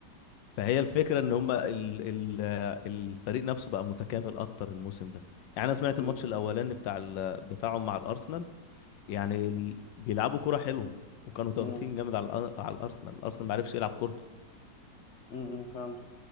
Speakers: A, on the left; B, on the left.
A: فهي الفكره ان هم ال... ال... آه، الفريق نفسه بقى متكامل اكتر الموسم ده يعني انا سمعت
B: امم
A: الماتش الاولاني بتاع ال... بتاعهم مع الارسنال يعني ال... بيلعبوا كره حلوه وكانوا ضاغطين
B: امم
A: جامد على الأ- على الارسنال الارسنال ما عرفش يلعب كورته
B: امم فهمت